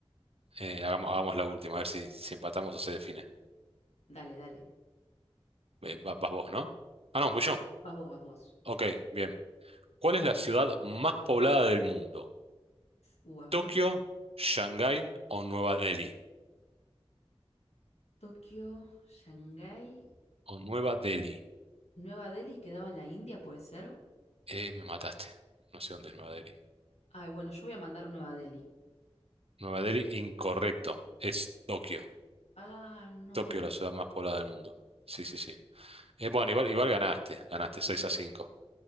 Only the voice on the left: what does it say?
Bueno,
dale, dale.
Vas vos, vas vos.
Uh, a ver.
Tokio, Shanghái,
Nueva Delhi quedaba en la India, ¿puede ser?
Ay, bueno, yo voy a mandar Nueva Delhi.
Ah, no.